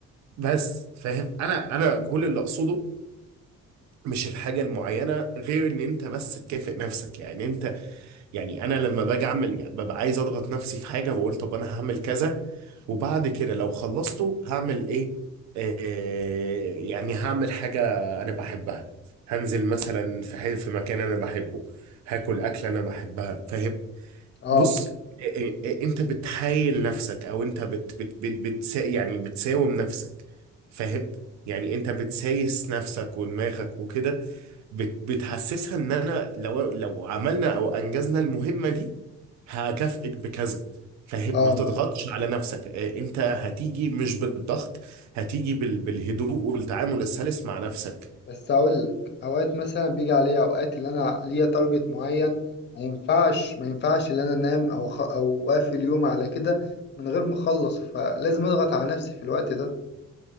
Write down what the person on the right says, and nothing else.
بس فاهم انا انا كل اللي اقصده مش الحاجة المعينة غير ان انت بس تكافئ نفسك يعني انت يعني انا لما باجي اعمل يعني ببقى عايز اضغط نفسي في حاجه بقول طب انا هعمل كذا وبعد كده لو خلصته هعمل ايه آه يعني هعمل حاجه انا بحبها هنزل
مثلا في حي- في مكان انا بحبه هاكل اكله انا بحبها فاهم
بص آه، آه، آه، انت بتحايل نفسك او انت بت بت بت بتسا يعني بتساوم نفسك فاهم يعني انت بتسايس نفسك ودماغك وكده بت بتحسسها ان انا لو لو عملنا او انجزنا المهمه دي هكافئك بكذا فاهم
ما تضغطش على نفسك آه، انت هتيجي مش بالضغط هتيجي بال بالهدوء والتعامل السلس مع نفسك